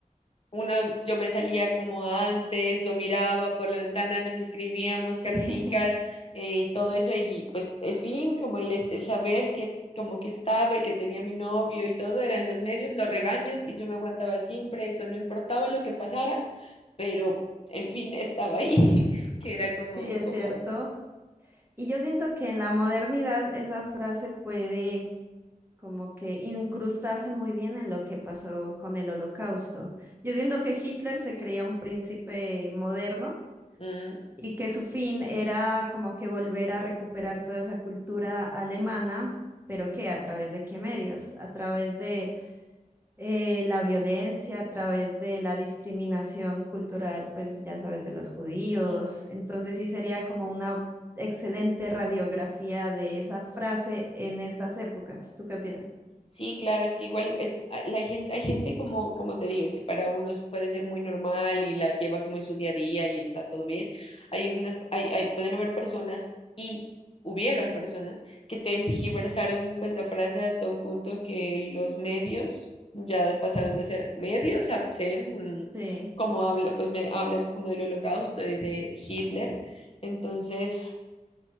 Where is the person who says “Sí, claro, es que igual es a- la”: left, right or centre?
Left